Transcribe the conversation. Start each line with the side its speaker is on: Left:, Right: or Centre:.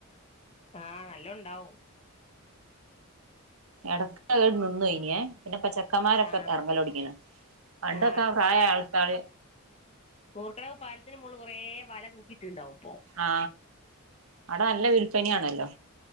Left: ആ നലൊണ്ടാവും.
Right: എടകഹ് നിന്നോയനെ പിന്നെപ്പോ ചെക്കമ്മാരൊക്കെ
Left: ആ
Right: ഇറങ്ങല് ഒട്ങ്ങീണ് പണ്ടൊക്കെ
Left: ആ
Right: പ്രായായ ആൾക്കാർ
Left: പൂർക്കടവ് പാലത്തിന് മോള്ളിൽ കുറേ വല തൂക്കിയിട്ട്ണ്ടാവും.
Right: ആ അവിടെ നല്ല വിൽപ്പനയാണല്ലോ?